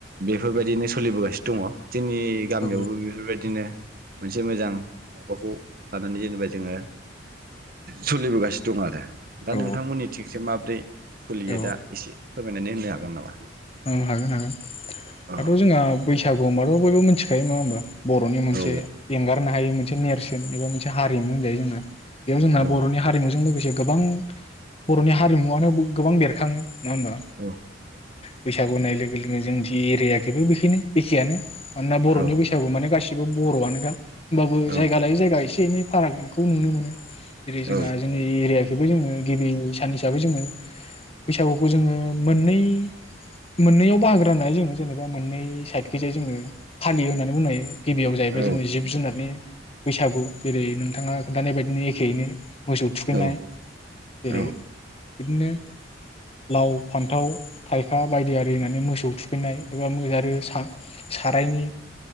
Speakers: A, on the right; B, on the left.
A: बेफोरबायदिनो सोलिबोगासिनो दङ। जोंनि गामियावबो
B: औ
A: बेफोरबायदिनो मोनसे मोजां बाखौ लानानै जेनेबा जोङो सलिबोगासिनो दं आरो दा
B: औ
A: नोंथांमोननि थिंसो माब्रै सोलियो
B: औ
A: दा एसे फोरमाय नानै होनो हागोन नामा।
B: औ हागोन हागोन दाथ'
A: औ
B: जोंहा बैसाग गम्बाथ' बयबो मिथिखायो नङा होमबा बर'नि मोनसे
A: औ
B: एंगारनो हायि मो नेरसोन एबा मोनसे हारिमु होनजायो जोंना बेयाव जोंना
A: औ
B: बर'नि हारिमुजों लोगोसे गोबां बर'नि हारिमुवानो गोबां बेरखाङो नङा होमबा
A: औ
B: <unintelligible> बैसागुनाय लोगो लोगो जोंनि एरियाखेबो बेखिनो एखेयानो। मानोना बर'नि
A: औ औ
B: बैसागु माने गासि बो बर'आनोखा होमबाबो
A: औ
B: जायगा लायो जायगा एसे एनै फारागखौ नुनो मोनो। जेरै जोंहा
A: औ
B: जोंनि एरियखौबो जोङो गिबि सान हिसाबै जोङो बैसागुखौ जोङो मोननै मोननैयाव बाहागो होननाय जों जेनेबा मोननै साइडखि जाय जोङो फालियो होननानै बुंनो हायो। गिबियाव जाहैबाय
A: औ
B: जोङो जिब-जुनारनि बैसागु जेरै नोंथाङा खोन्थानाय बायदिनो एखेयैनो मोसौ थुखैनाय
A: औ
B: जेरै
A: औ
B: बिदिनो लाव, फान्थाव, थाइखा बायदि आरि होननानै मोसौ थुखैनाय एबा आरो सा-सारायनि